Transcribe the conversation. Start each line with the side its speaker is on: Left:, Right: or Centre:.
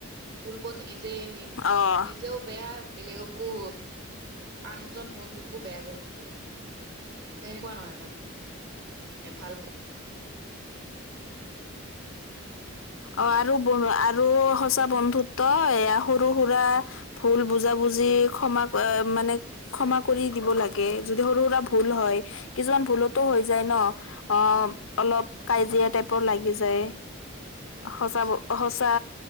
Right: ভুল পথে নিজে নি
Left: অ
Right: নিজেও বেয়া বেলেগক কো আনজন বন্ধুকো বেয়া কৰি তোলে, তেনেকুৱা নহয় মান নে ভাল
Left: অঁ
Right: নিয়ে
Left: আৰু ব আৰু সঁচা বন্ধুত্ব এয়া সৰু সুৰা ভুল বুজা বুজি ক্ষমা ক এ মানে ক্ষমা কৰি দিব লাগে, যদি সৰু সুৰা ভুল হয় কিছুমান ভুলতো হৈ যায় ন। অঁ, অলপ কাজিয়া টাইপৰ লাগি যায়। সঁচা ব সঁচা